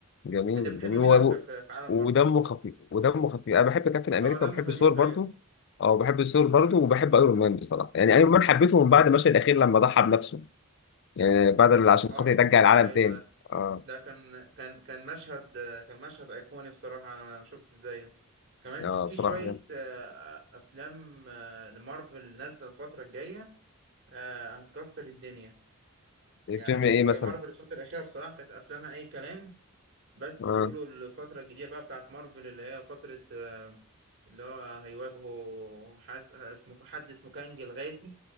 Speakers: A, on the left; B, on the right.
A: جميل
B: انت بتحب
A: جميل
B: مين
A: هو
B: اكتر في في عالم
A: ودمه
B: مارفل
A: خفيف ودمه خفيف انا بحب كابتن امريكا
B: اه دمه
A: وبحب
B: خفيف
A: ثور برضو
B: ايوه
A: اه بحب ثور برضو وبحب ايرون مان بصراحه يعني ايرون مان حبيته من بعد المشهد الاخير لما ضحى بنفسه يعني بعد اللي عشان
B: اه
A: خاطر يرجع
B: بصراحه
A: العالم
B: ايوه
A: تاني
B: ده
A: اه
B: ده كان كان كان مشهد كان مشهد ايقوني بصراحه انا ما شفت ازاي كمان
A: اه
B: في في
A: بصراحه
B: شويه
A: كان.
B: آه، افلام آه، لمارفل نازله الفتره الجايه آه، هتكسر الدنيا يعني
A: الفيلم ايه
B: هي
A: مثلا
B: مارفل الفتره الاخيره بصراحه كانت افلامها اي كلام بس
A: اه
B: بيقولوا الفتره الجديده بقى بتاعت مارفل اللي هي فتره آه، اللي هو هيواجهوا حاس اسمه حد اسمه كانج الغازي